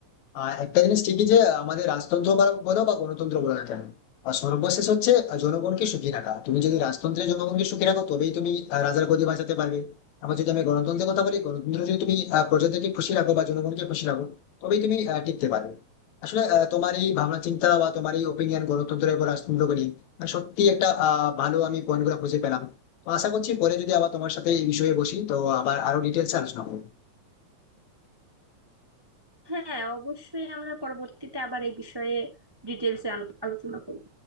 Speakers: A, on the left; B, on the right.
A: আহ একটা জিনিস ঠিকই যে আমাদের রাজতন্ত্র বা- বলো বা গণতন্ত্র বলো না কেন আর সর্বশেষ হচ্ছে জনগণকে সুখী রাখা তুমি যদি রাজতন্ত্রে জনগণকে সুখী রাখো তবেই তুমি আহ, রাজার গদি বাঁচাতে পারবে আবার যদি আমি গণতন্ত্রের কথা বলি গণতন্ত্র যদি তুমি আহ, প্রজাদেরকে খুশি রাখো বা জনগণকে খুশি রাখো তবেই তুমি আহ, টিকতে পারবে আসলে আহ, তোমার এই ভাবনা চিন্তা বা তোমার এই ওপিনিয়ন গণতন্ত্র এবং রাজতন্ত্রকে নিয়ে আহ, সত্যি একটা আহ ভালো আমি পয়েন্ট গুলো খুঁজে পেলাম তো আশা করছি পরে যদি আবার তোমার সাথে এই বিষয়ে বসি তো আবার আরো ডিটেলস আলোচনা করবো
B: হ্যাঁ অবশ্যই আমরা পরবর্তীতে আবার এই বিষয়ে ডিটেলসে আলোচনা করব